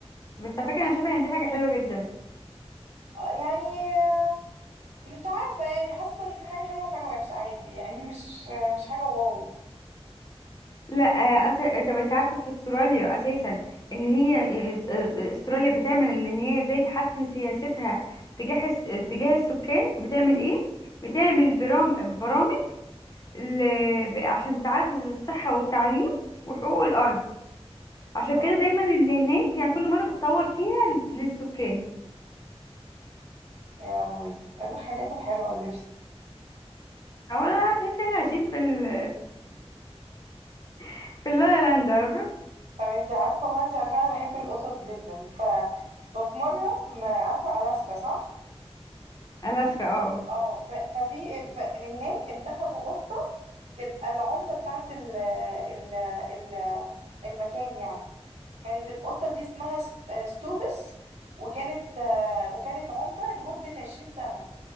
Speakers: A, on the left (about 35°); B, on the right (about 80°).
A: بس على فكرة أنا شايفة إن دي حاجة حلوة جدا
B: آه، يعني آه، مش عارفة يعني حاسة ان هي حاجة حلوة وحاجة وحشة عادي يعني مش آه، مش حاجة واو
A: لا آه، أس... آه، طب انت عارفه في استراليا اساسا ان هي آه، آه، استراليا بتعمل ان هي ازاي تحسن سياستها تجاه الس- تجاه السكان بتعمل ايه بتعمل برام... برامج ل... ب- عشان تعزز الصحه والتعليم وحقوق
B: مم.
A: الارض عشان
B: اه
A: كده دايما اللي هناك يعني كل مره بتطور فيها ل- للسكان
B: يا لهوي إيه الحاجات الحلوة دي
A: او انا عارفه لسه احنا عايشين في ال... <laughs> في اللا لا لاند عارفه
B: طب انت عارفة بقى انت عارفة انا بحب القطط جدا ف ففي مرة في ما عارفة ألاسكا صح؟
A: الاسكا اه
B: اه ف- ففي ف- هناك انتخبوا قط تبقى العمدة بتاعت ال ال ال المكان يعني كانت القطة دي اسمها س- آه، ستوبس وكانت آه، وكانت عمدة لمدة عشرين سنة